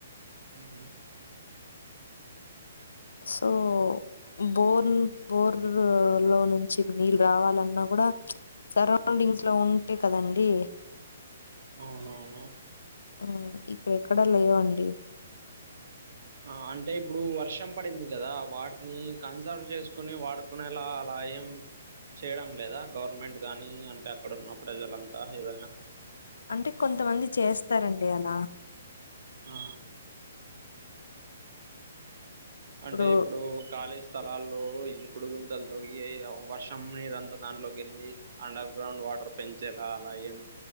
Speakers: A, on the right; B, on the left.
A: ఉహు
B: సో బోర్న్ బోర్ లో నుంచి నీళ్ళు రావాలన్నా కూడా చ్ సరౌండింగ్స్ లో ఉంటే కదండి
A: అవునవును
B: ఆ ఇక్కడెక్కడ లేవండి
A: ఆ అంటే ఇప్పుడు వర్షం పడింది కదా వాటిని కన్సర్వ్ చేసుకుని వాడు కునేలా అలా ఏం చేయడం లేదా గవర్నమెంట్ గానీ అంటే అక్కడ ఉన్న ప్రజలంతా ఏదైనా
B: అంటే కొంతమంది చేస్తారండి అలా
A: ఆ
B: ఇప్పుడు
A: అంటే ఇప్పుడూ కాలేజ్ స్థలాల్లో ఇంకుడు గుంతలు తొవ్వి వర్షం నీరంతా దాంట్లోకి ఎళ్ళి అండర్ గ్రౌండ్ వాటర్ పెంచేలా అలా ఏం